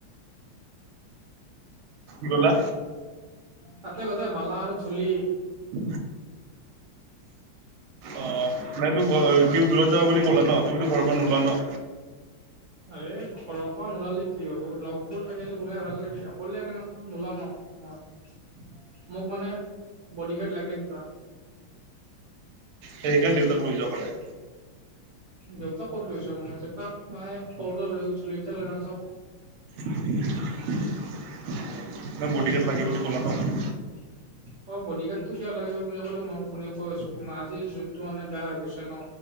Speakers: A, on the right (about 85°); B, on the right (about 70°).
A: ব'লা
B: তাতে গোটেই বালা আৰু ধূলি
A: <unintelligible> অ নাই তোক ঘৰৰ কিয় দূৰত যাবা বুলি ক'লে ন তুমিতো ঘৰখন নোলোৱা ন
B: এই ঘৰৰ পৰা নোলালে কি হব লগবোৰ থাকিলে ওলাই ভাল লাগে অকলে কেনে নোলাও ন অ মোক মানে বডি গাৰ্ড লাগে দুটা
A: সেইকাৰণে দেউতাক লৈ যোৱা পালে
B: দেউতাক ক'ত লৈ যাম মই দেউতাক মায়ে সৰুতে লৈ গেছিলে এতিয়া লৈ নাযাও
A: নহয় বডিগাৰ্ড লাগে বুলি কলা ন
B: <unintelligible> অ বডিগাৰ্ডটো কিয় লাগে বুলি কলে মই শুনি কৈ আছো শুনা আজিৰ যুগতো মানে বেয়া হৈ গৈছে ন